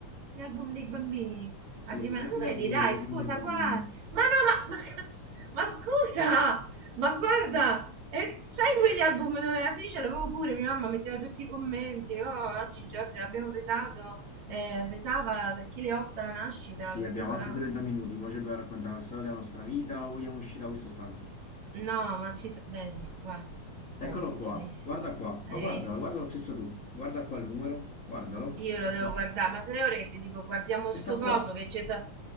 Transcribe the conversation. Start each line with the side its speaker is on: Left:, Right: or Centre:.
Right: gli album dei bambini?
Left: Sì,
Right: La prima...
Left: sì, mettiti
Right: Lo
Left: a
Right: vedi,
Left: vedere
Right: dai,
Left: gli album
Right: scusa,
Left: dei bambini.
Right: guarda. Ma no, ma... Ma, cazzo- ma scusa! Ma guarda! E sai quegli album dove la ce l'avevo pure, mia mamma metteva tutti i commenti, oh, oggi Giorgia l'abbiamo pesato, eh, pesava 3,8 kg la nascita,
Left: Sì,
Right: così
Left: abbiamo
Right: colà.
Left: altri 30 minuti, ora ci abbiamo raccontato la storia della nostra vita, vogliamo uscire da questa stanza.
Right: No, ma ci... s- Vedi, guarda, è
Left: Eccolo
Right: qua,
Left: qua,
Right: hai visto?
Left: guarda qua,
Right: Hai
Left: ma guardalo,
Right: visto?
Left: guarda lo stesso tu, guarda qua il numero, guardalo,
Right: Io
Left: sta
Right: lo devo
Left: qua,
Right: guardare, ma tre ore che ti dico guardiamo
Left: e
Right: sto
Left: sta qua.
Right: coso che c'è... so-